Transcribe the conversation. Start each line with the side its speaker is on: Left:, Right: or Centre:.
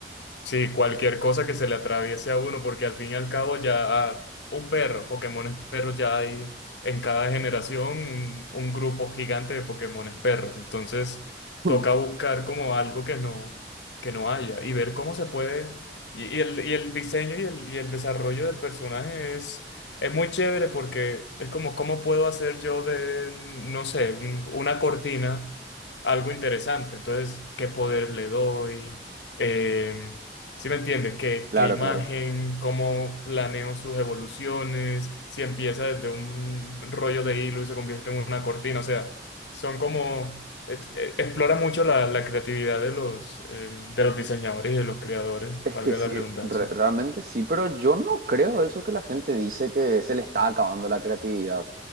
Left: Sí, cualquier cosa que se le atraviese a uno, porque al fin y al cabo ya ah, un perro, Pokémones perros ya hay en cada generación un, un grupo gigante de Pokémones perros. Entonces
Right: <laughs>
Left: toca buscar como algo que no, que no haya y ver cómo se puede. Y, y el, y el diseño y el, y el desarrollo del personaje es, es muy chévere porque es como cómo puedo hacer yo de, no sé, un- una cortina algo interesante. Entonces, ¿qué poder le doy? Em, si me entiendes? ¿Qué,
Right: Claro,
Left: qué imagen?
Right: claro.
Left: ¿Cómo planeo sus evoluciones? Si empieza desde un rollo de hilo y se convierte en una cortina. O sea, son como... et- e- Explora mucho la, la creatividad de los, eh, de los diseñadores y de los creadores,
Right: Es
Left: valga
Right: que sí,
Left: la redundancia.
Right: re- realmente sí, pero yo no creo eso que la gente dice que se le está acabando la creatividad.